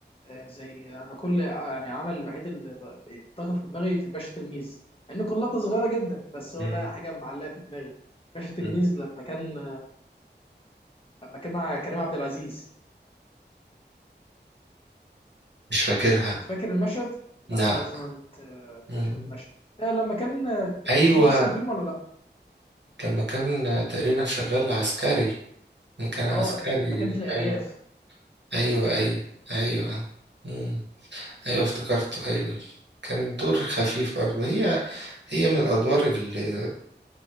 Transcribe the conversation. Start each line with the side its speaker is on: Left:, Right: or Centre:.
Left: آه زي انا كل آه، يعني عمل الوحيد اللي ب- بيفتكر في دماغي في الباشا تلميذ لان كلها صغيره جدا بس هو
Right: مم.
Left: ده حاجه معلقه في دماغي باشا تلميذ
Right: مم.
Left: لما كان لما كان مع كريم عبد العزيز
Right: مش فاكرها
Left: فاكر المشهد؟ لا
Right: لا
Left: لازم ت-
Right: مم.
Left: تشوف المشهد آه، لما كان آه، انت
Right: ايوه
Left: فاكر اصلا الفيلم ولا لا؟
Right: لما كان تقريبا شغال عسكري لما كان عسكري
Left: اه كان لما كان في الارياف
Right: ايوه ايوه
Left: ايوه
Right: ايوه
Left: ايوه
Right: ايوه مم. ايوه افتكرته ايوه كان دور خفيف برضه هي هي من الادوار اللي